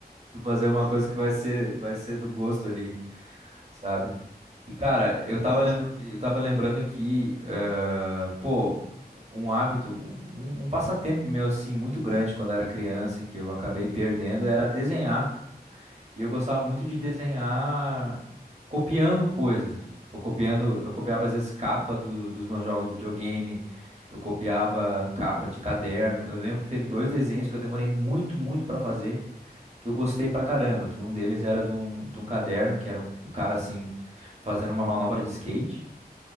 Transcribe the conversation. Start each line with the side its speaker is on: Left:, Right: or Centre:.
Right: tu fazer uma coisa
Left: <laughs>
Right: que vai
Left: ah,
Right: ser, vai ser do gosto ali, sabe? E, cara, eu
Left: entendi.
Right: tava, lembra- eu tava lembrando aqui, eh, pô, um hábito, um, um passatempo meu, assim, muito grande quando era criança, que eu acabei perdendo, era desenhar. E eu gostava muito
Left: Uhum.
Right: de desenhar copiando coisas. Tipo, copiando, eu copiava às vezes capa do- dos meus jogos de videogame, eu copiava capa de caderno. Eu lembro que teve dois desenhos que eu demorei muito, muito pra fazer que eu gostei pra caramba,
Left: Uhum.
Right: que um deles era de um, de um caderno, que era um cara assim, fazendo uma manobra de skate,